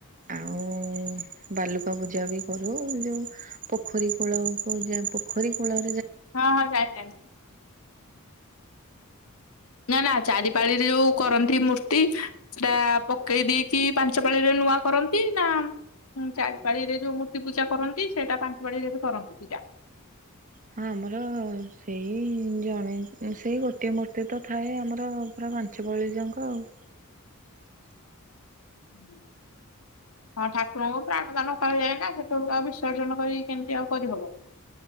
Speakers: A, on the right; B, on the left.
A: ଆଉ ବାଲୁକା ପୂଜା ବି କରୁ, ଯୋଉ ପୋଖରୀ କୂଳ କୁ ପୋଖରୀ କୂଳ
B: ହଁ ହଁ ଜାଣିଚି ନା ନା ଚାରି ପାଳିରେ ଯୋଉ କରନ୍ତି ମୂର୍ତ୍ତି, ସେଟା ପକେଇ ଦେଇକି ପାଞ୍ଚ ପାଳିରେ ନୂଆ କରନ୍ତି ନା ହୁଁ ଚାରିପାଳି ରେ ଯୋଉ ମୂର୍ତ୍ତି ପୂଜା କରନ୍ତି ସେଇଟା ପାଞ୍ଚ ପାଳି ରେ ବି କରନ୍ତି ପୂଜା।
A: ହଁ ଆମର ସେଇ ଜଣେ ସେଇ ଗୋଟିଏ ମୂର୍ତ୍ତି ତ ଥାଏ ଆମର ପାଞ୍ଚ ପାଳିଯାକ ଆଉ।
B: ହୁଁ ହଁ ଠାକୁରଙ୍କୁ ପ୍ରାଣ ଦାନ କରାଯାଏ ନା ସେଠକୁ ଆଉ ବିସର୍ଜନ କରି କେମିତି ଆଉ କରିହବ।